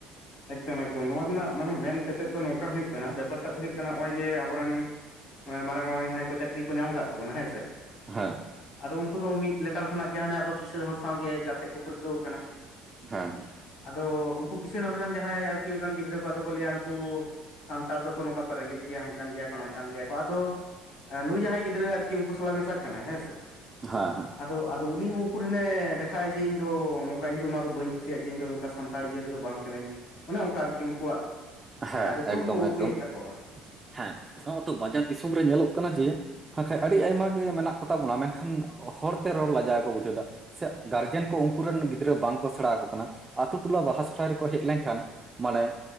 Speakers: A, on the left; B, on the right.
A: ᱮᱠᱫᱚᱢ ᱮᱠᱫᱚᱢ ᱱᱚᱣᱟ ᱨᱮᱱᱟᱜ ᱢᱟᱱᱮ ᱢᱮᱱ ᱥᱮᱪᱮᱛᱮᱫ ᱫᱚ ᱱᱚᱝᱠᱟ ᱦᱩᱭᱩᱜ ᱠᱟᱱᱟ ᱵᱮᱯᱟᱨ ᱴᱟᱜ ᱫᱚ ᱦᱩᱭᱩᱜ ᱠᱟᱱᱟ ᱱᱚᱜᱼᱚᱭ ᱡᱮ ᱟᱵᱚᱨᱮᱱ ᱢᱟᱨᱟᱝ ᱢᱟᱨᱟᱝ ᱡᱟᱦᱟᱸᱭ ᱠᱚ ᱪᱟᱠᱨᱤ ᱠᱚ ᱧᱟᱢ ᱟᱠᱟᱫ ᱛᱟᱵᱚᱱᱟ ᱦᱮᱸᱥᱮ
B: ᱦᱮᱸ
A: ᱟᱫᱚ ᱩᱱᱠᱩ ᱫᱚ ᱢᱤᱫ ᱞᱮᱛᱟᱲ ᱠᱷᱚᱱᱟᱜ ᱜᱮ ᱦᱟᱱᱮ ᱟᱫᱚ ᱠᱤᱥᱟᱹᱬ ᱦᱚᱲ ᱥᱟᱶᱜᱮ ᱜᱟᱛᱮ ᱠᱚ ᱯᱟᱹᱨᱠᱟᱹᱣ ᱟᱠᱟᱱᱟ
B: ᱦᱮᱸ
A: ᱟᱫᱚ ᱩᱱᱠᱩ ᱠᱤᱥᱟᱹᱬ ᱦᱚᱲ ᱨᱮᱱ ᱡᱟᱦᱟᱸᱭ ᱟᱨᱠᱤ ᱚᱱᱠᱟᱱ ᱜᱤᱫᱽᱨᱟᱹ ᱠᱚ ᱟᱫᱚ ᱠᱚ ᱞᱟᱹᱭᱟ ᱱᱩᱠᱩ ᱥᱟᱱ ᱱᱮᱛᱟᱨ ᱫᱚᱠᱚ ᱱᱚᱝᱠᱟ ᱠᱚ ᱨᱮᱸᱜᱮᱡ ᱜᱮᱭᱟ ᱦᱟᱱᱠᱟᱱ ᱜᱮᱭᱟ ᱠᱚ ᱱᱚᱝᱠᱟᱱ ᱜᱮᱭᱟ ᱠᱚ ᱟᱫᱚ ᱟᱨ ᱱᱩᱭ ᱡᱟᱦᱟᱸᱭ ᱜᱤᱫᱽᱨᱟᱹ ᱟᱨᱠᱤ ᱩᱱᱠᱩ ᱥᱟᱞᱟᱜ ᱢᱮᱥᱟᱜ ᱠᱟᱱᱟᱭ ᱦᱮᱸᱥᱮ
B: ᱦᱟᱸ ᱦᱟᱜ
A: ᱟᱫᱚ ᱟᱫᱚ ᱩᱱᱤ ᱩᱱᱠᱩᱴᱷᱮᱱᱮ ᱫᱮᱠᱷᱟᱜᱟᱭ ᱡᱮ ᱤᱧ ᱫᱚ ᱱᱚᱝᱠᱟ ᱤᱧᱫᱚ ᱚᱱᱟ ᱫᱚ ᱵᱟᱹᱧ ᱠᱩᱥᱤᱭᱟᱜ ᱜᱮᱭᱟ ᱤᱧ ᱫᱚ ᱱᱚᱝᱠᱟ ᱥᱟᱱᱼᱼ ᱛᱟᱲᱤᱭᱟᱹ ᱨᱮᱫᱚ ᱵᱟᱝ ᱠᱟᱹᱱᱟᱹᱧ ᱚᱱᱮ ᱚᱱᱠᱟ ᱟᱨᱠᱤ ᱩᱱᱠᱩᱣᱟᱜ
B: ᱦᱮᱸ
A: ᱩᱯᱨᱩᱢ
B: ᱮᱠᱫᱚᱢ
A: ᱠᱚ ᱩᱠᱩᱭᱮᱫ
B: ᱮᱠᱫᱚᱢ
A: ᱛᱟᱠᱚᱣᱟ᱾
B: ᱦᱮᱸ ᱱᱚᱼᱚᱛᱳᱜ ᱵᱟᱡᱟᱨ ᱫᱤᱥᱚᱢ ᱨᱮ ᱧᱮᱞᱚᱜ ᱠᱟᱱᱟ ᱡᱮ ᱦᱟᱠᱷᱟᱡ ᱟᱹᱰᱤ ᱟᱭᱢᱟ ᱜᱮ ᱢᱮᱱᱟᱜ ᱠᱚᱛᱟ ᱵᱚᱱᱟ ᱢᱮᱱᱠᱷᱟᱱ ᱦᱚᱲᱛᱮ ᱨᱚᱲ ᱞᱟᱡᱜᱟ ᱠᱚ ᱵᱩᱡᱷᱟᱹᱣ ᱮᱫᱟ᱾ ᱥᱮ ᱜᱟᱨᱡᱮᱱ ᱠᱚ ᱩᱱᱠᱩ ᱨᱮᱱ ᱜᱤᱫᱽᱨᱟᱹ ᱵᱟᱝᱠᱚ ᱥᱮᱬᱟ ᱟᱠᱚ ᱠᱟᱱᱟ ᱟᱛᱳ ᱴᱚᱞᱟ ᱵᱟᱦᱟ ᱥᱚᱦᱨᱟᱭ ᱨᱮᱠᱚ ᱦᱮᱡ ᱞᱮᱱᱠᱷᱟᱱ ᱢᱟᱱᱮ